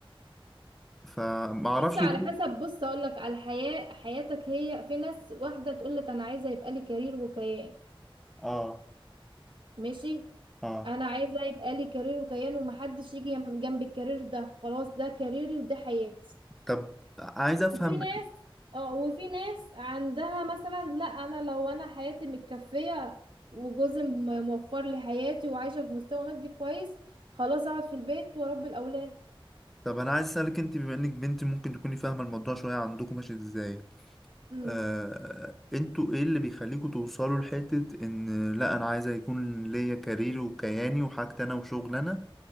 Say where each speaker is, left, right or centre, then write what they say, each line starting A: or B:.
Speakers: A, in the centre; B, on the right.
A: فما اعرفش
B: بس على
A: دول
B: حسب بص اقول لك على الحياة حياتك هي في ناس واحدة تقول لك انا عايزة يبقى لي كارير وكيان
A: اه
B: ماشي
A: اه
B: انا عايزة يبقى لي كارير وكيان ومحدش يجي جنب الكارير ده خلاص ده كاريري وده حياتي
A: طب عايز افهم
B: وفي ناس اه وفي ناس عندها مثلا لا انا لو انا حياتي متكفية وجوزي م- موفر لي حياتي وعايشة في مستوى مادي كويس خلاص اقعد في البيت واربي الاولاد
A: طب انا عايز اسالك انت بما انك بنت ممكن تكوني فاهمه الموضوع شويه عندكم ماشي ازاي
B: امم
A: آه... انتوا ايه اللي بيخليكوا توصلوا لحته ان لا انا عايزه يكون ليا كاريري وكياني وحاجتي انا وشغل انا